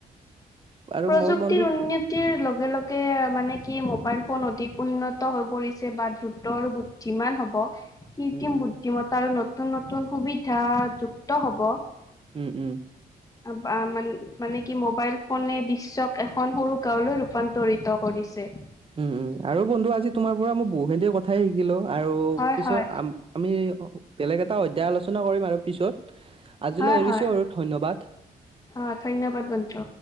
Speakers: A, on the right (about 35°); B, on the left (about 20°).
A: আৰু
B: প্ৰযুক্তিৰ
A: মই বন্ধু
B: উন্নতিৰ লগ লগে লগে মানে কি মোবাইল ফোন অধিক উন্নত হৈ পৰিছে বা দ্ৰুতৰ বুদ্ধিমান হ'ব কৃত্ৰিম
A: উম
B: বুদ্ধিমত্তা আৰু নতুন নতুন সুবিধা যুক্ত হব।
A: উম উম
B: আ আ মান মানে কি মোবাইল ফোনে বিশ্বক এখন সৰু গাঁওলৈ ৰূপান্তৰিত কৰিছে।
A: উম উম আৰু বন্ধু আজি তোমাৰ পৰা মই বহুখিনি কথাই শিকিলোঁ, আৰু
B: হয়
A: পিছত
B: হয়
A: আমি বেলেগ এটা অধ্যায় আলোচনা কৰিম আৰু পিছত আজিলৈ
B: হয়
A: এৰিছো
B: হয়
A: আৰু ধন্যবাদ।
B: অ ধন্যবাদ বন্ধু।